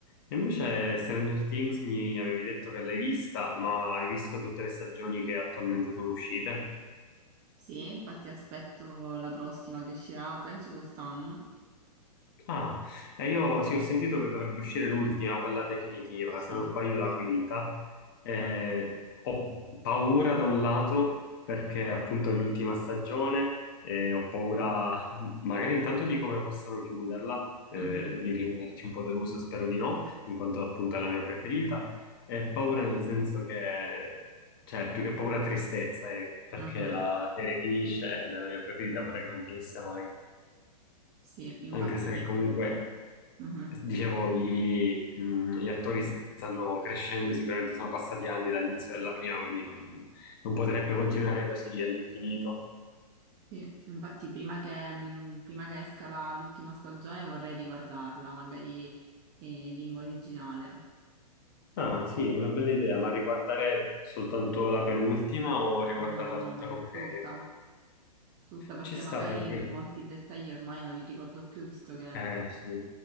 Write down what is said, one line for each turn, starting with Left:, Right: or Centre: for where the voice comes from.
Left: E invece Stranger Things mi avevi detto che l'hai vista, ma hai visto tutte le stagioni che attualmente sono uscite?
Right: Sì, infatti aspetto la prossima che uscirà, penso quest'anno.
Left: Ah, e io sì, ho sentito che dovrebbe uscire l'ultima, quella definitiva,
Right: Sì.
Left: se non sbaglio la quinta. Eh, ho paura da un lato perché appunto è l'ultima stagione e ho paura magari intanto di come possano chiuderla, eh,
Right: Mhm.
Left: di rimanerci un po' deluso, spero di no, in quanto appunto è la mia preferita, e paura nel senso che, cioè più che paura tristezza, eh, perché
Right: Mhm.
Left: la serie finisce ed è la mia preferita, pure che non finisse mai,
Right: Sì, infatti,
Left: anche se comunque...
Right: mhm.
Left: Dicevo, gli, mh, gli attori stanno crescendo, sicuramente sono passati anni dall'inizio della prima, quindi non, non potrebbe continuare così all'infinito.
Right: Sì, infatti prima che, mh, prima che esca la- l'ultima stagione vorrei riguardarla, magari eh, in lingua originale.
Left: Ah, sì, una bella idea, ma riguardare soltanto la penultima o riguardarla
Right: No, no,
Left: tutta
Right: no,
Left: come serie?
Right: tutta, tutta perché
Left: Ci sta
Right: magari
Left: perché,
Right: molti dettagli ormai non li ricordo più visto che,
Left: eh sì,